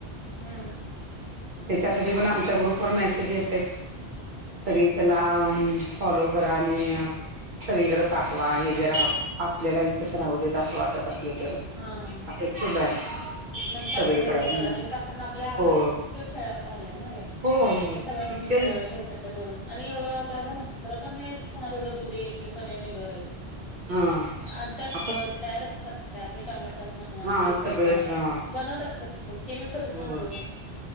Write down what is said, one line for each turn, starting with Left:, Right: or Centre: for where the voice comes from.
Left: हम्म
Right: त्याच्यासाठी पण आमच्या ग्रुप वर मेसेज येतय, सगळी चला हा हम्म. फॉलो करा आणि, सगळीकडे पाठवा, हे जरा आपल्याला इथेच राहू द्या. असं वाटलं असलं तर.
Left: हा हा.
Right: असंच चालू आहे.
Left: नाही चांगलंच
Right: सगळीकडे
Left: आहे सोडा ते, त्यांनी कारण आपल्या आरोग्याशी
Right: हो
Left: असं सगळं खेळायला लागल्यात ना ते.
Right: हो
Left: हे सगळंच
Right: इतके
Left: मिसळ भेसळ करून आणि एवढं <unintelligible> पण नाही कोणाच एवढं दूध येईल, पनीर निघल.
Right: हा
Left: आता
Right: आपण
Left: तयार कसं करत्यात, हे टोमॅटो सॉस म्हणा
Right: हा
Left: केचप
Right: सगळंच
Left: म्हणा,
Right: हा
Left: लावतात का तसं, केमिकलच
Right: हो
Left: ना सगळं.